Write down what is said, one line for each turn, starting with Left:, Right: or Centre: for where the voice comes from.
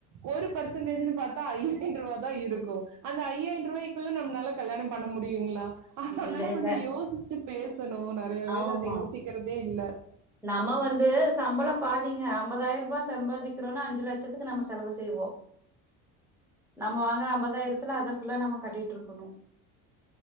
Right: ஒரு பெர்சன்டேஜ்னு பாத்தா ஐயாயிர ரூபா தா இருக்கு அந்த ஐயாயிரம் ரூபாய்குள்ள நம்மளால கல்யாணம் பண்ண முடியுங்களா அதனால
Centre: இல்ல இல்ல
Right: கொஞ்சோ யோசிச்சு பேசணும் நெறைய பேர்
Centre: ஆமா
Right: அது யோசிக்கிறதே இல்ல
Centre: நம்ம வந்து சம்பளம் பாதிங்க ஐம்பதாயிரம் ரூபா சம்பாதிக்கிறோம்னா அஞ்சு லட்சத்துக்கு நம்ம செலவு செய்வோ நம்ம வாங்குற ஐம்பதாயிரத்துல அதை ஃபுல்லா நம்ம கட்டிட்டு இருக்கணு